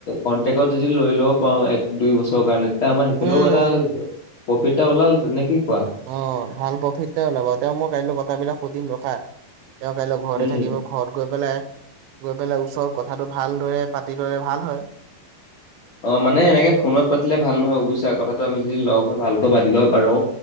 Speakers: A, on the left (about 80°); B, on the right (about 80°).
A: কণ্ট্ৰেক্টত যদি লৈ লব পাৰো এক-দুই বছৰৰ কাৰণে এ আমাৰ সিফালেও
B: উম উম।
A: এটা প্ৰফিট এটা ওলাল হেতিন নে কি কোৱা।
B: অ ভাল প্ৰফিট এটা ওলাব তেওঁ মই কাইলৈ কথা বিলাক সুধিম ৰখা তেওঁ কাইলৈ ঘৰতে
A: উম
B: থাকিব ঘৰত গৈ পেলাই, গৈ পেলাই ওচৰত কথাটো ভাল দৰে পাতি ললে ভাল হয়।
A: অ মানে এনেকে ফোনত পাতিলে ভাল নহয় বুজিছা কথাটো আমি যদি লগ হৈ ভালকৈ পাতি লব পাৰো।